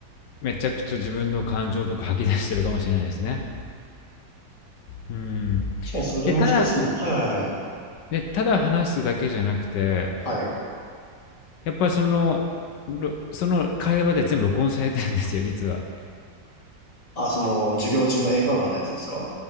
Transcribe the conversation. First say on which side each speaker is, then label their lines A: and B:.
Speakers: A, on the left; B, on the left.
A: めちゃくちゃ自分の感情とか吐き出してるかもしれないですね。うん。
B: 確かにそれも一つの、
A: で、ただ、
B: はいはいはい。
A: で、ただ話すだけじゃなくて、
B: はい。
A: やっぱりその、その会話で全部録音されてるんですよ、実は。
B: あ、その授業中の英会話のやつですか